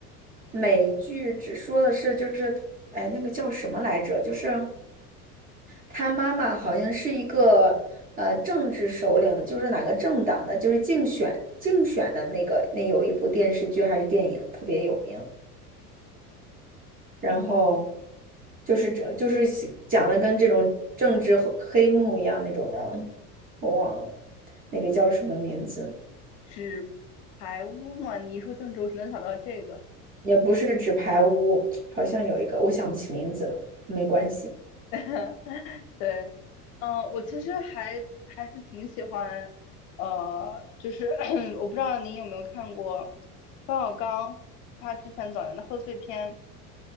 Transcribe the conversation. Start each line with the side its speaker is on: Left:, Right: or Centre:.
Right: 美剧，只说的是就是，哎，那个叫什么来着？就是他妈妈好像是一个呃政治首领，就是哪个政党的，就是竞选竞选的那个，那有一部电视剧还是电影特别有名。然后
Left: 嗯，
Right: 就是这就是讲的跟这种政治黑黑幕一样那种的，我忘了那个叫什么名字，
Left: 纸牌屋嘛，你一说郑州，我只能想到这个。
Right: 也不是纸牌屋，好像有一个我想不起名字了，没关系。
Left: <laughs> 对，嗯，我其实还还是挺喜欢，呃，就是 <coughs> <clears throat> 我不知道您有没有看过冯小刚他之前早年的贺岁片。